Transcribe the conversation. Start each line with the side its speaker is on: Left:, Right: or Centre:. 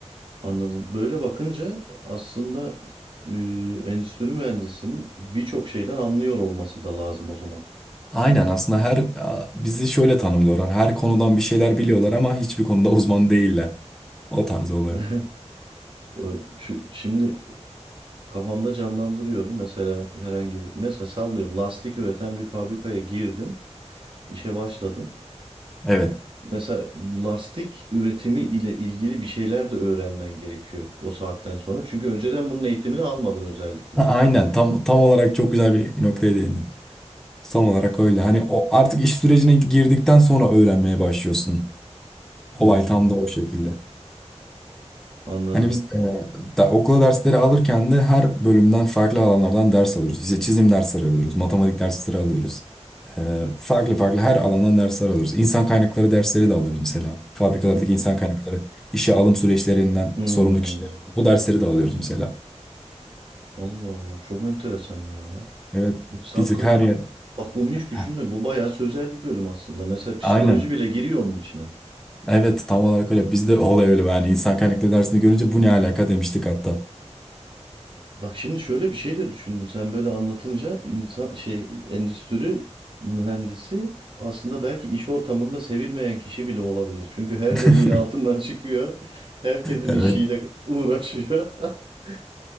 Right: anladım. Böyle bakınca aslında e, endüstri mühendisinin birçok şeyden anlıyor olması da lazım o zaman.
Centre: Aynen aslında her a, bizi şöyle tanımlıyorlar. Her konudan bir şeyler biliyorlar ama hiçbir konuda <laughs> uzman değiller. O tarz oluyor.
Right: <laughs> Ö- Şu, şimdi kafamda canlandırıyorum mesela herhangi bir mesela sallıyorum lastik üreten bir fabrikaya girdin işe başladın
Centre: Evet.
Right: mesela lastik üretimi ile ilgili bir şeyler de öğrenmen gerekiyor o saatten sonra çünkü önceden bunun eğitimini almadın özellikle
Centre: A- Aynen tam tam olarak çok güzel bir noktaya değindin. Tam olarak öyle. Hani o artık iş sürecine girdikten sonra öğrenmeye başlıyorsun. Olay
Right: Hmm,
Centre: tam da o şekilde.
Right: anladım
Centre: Hani biz e, da, okula dersleri alırken de her bölümden farklı alanlardan ders alıyoruz. İşte çizim dersleri alıyoruz, matematik dersleri alıyoruz. E, farklı farklı her alandan dersler alıyoruz. İnsan kaynakları dersleri de alıyoruz mesela. Fabrikalardaki
Right: hı hı.
Centre: insan kaynakları, işe alım süreçlerinden
Right: Hmm,
Centre: sorumlu kişiler. Bu dersleri de alıyoruz mesela.
Right: Allah Allah çok enteresan ya
Centre: Evet,
Right: İnsan
Centre: bir tık
Right: kaynak
Centre: her yer.
Right: bak bunu hiç
Centre: Heh,
Right: düşünme bu bayağı sözel bir bölüm aslında mesela psikoloji
Centre: Aynen.
Right: bile giriyor onun içine
Centre: Evet, tam olarak öyle. Bizde olay öyle. Yani insan kaynakları dersini görünce bu ne alaka demiştik hatta.
Right: Bak şimdi şöyle bir şey de düşündüm. Sen böyle anlatınca insan şey endüstri mühendisi aslında belki iş ortamında sevilmeyen kişi bile olabilir. Çünkü her
Centre: <laughs>
Right: deliğin altından <laughs> çıkıyor. Herkesin
Centre: Evet,
Right: işiyle uğraşıyor. <laughs>